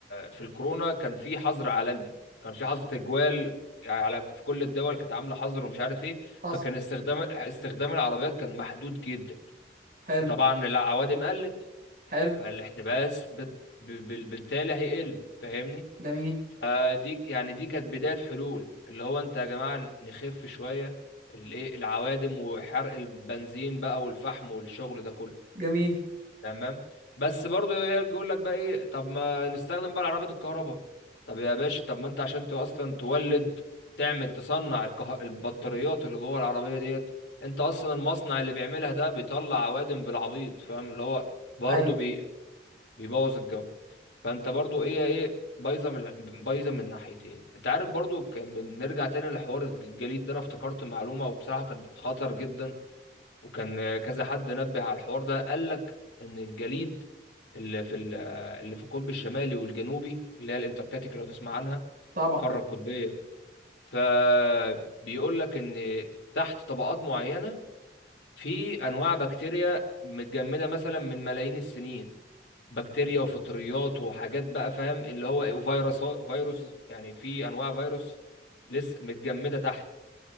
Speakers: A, on the left; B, on the right.
A: في الكورونا كان في حظر عالمي كان في حظر تجوال يعني على في كل الدول كانت عامله حظر ومش عارف ايه
B: حصل
A: فكان استخدام استخدام العربيات كان محدود جدا
B: حلو
A: فطبعا العوادم قلت
B: حلو
A: فالاحتباس بت- ب- ب- بالتالي هيقل فاهمني
B: جميل
A: آه دي يعني دي كانت بداية حلول اللي هو انت يا جماعة نخف شوية الايه العوادم وحرق البنزين بقى والفحم والشغل ده كله
B: جميل
A: تمام بس برضو يقول لك بقى ايه طب ما نستخدم بقى العربيات الكهرباء طب يا باشا طب ما انت عشان ت- اصلا تولد تعمل تصنع الكه... البطاريات اللي جوه العربية ديت انت اصلا المصنع اللي بيعملها ده بيطلع عوادم بالعبيط فاهم اللي هو برضه
B: ايوه
A: بيبوظ الجو فانت برضو ايه ايه بايظه من بايظه من ناحيتين انت عارف برضو كان بنرجع تاني لحوار الجليد ده انا افتكرت معلومه وبصراحه كان خطر جدا وكان كذا حد نبه على الحوار ده قال لك ان الجليد اللي في ال- اللي في القطب الشمالي والجنوبي اللي هي الانتاركتيك لو تسمع عنها
B: طبعا
A: القاره القطبيه فبيقول لك ان تحت طبقات معينه في انواع بكتيريا متجمده مثلا من ملايين السنين بكتيريا وفطريات وحاجات بقى فاهم اللي هو إيه، وفيروس فيروس يعني في انواع فيروس لسه متجمده تحت